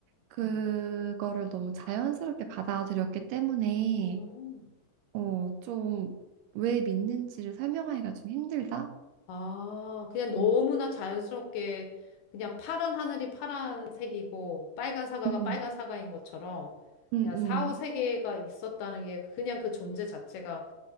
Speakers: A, on the right; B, on the left.
A: 그거를 너무 자연스럽게 받아들였기 때문에
B: 음.
A: 어, 좀 왜 믿는지를 설명하기가 좀 힘들다.
B: 아, 그냥 너무나
A: 어.
B: 자연스럽게 그냥 파란 하늘이 파란색이고 빨간 사과가
A: 음,
B: 빨간 사과인 것처럼
A: 음,
B: 그냥 사후 세계가
A: 음.
B: 있었다는 게 그냥 그 존재 자체가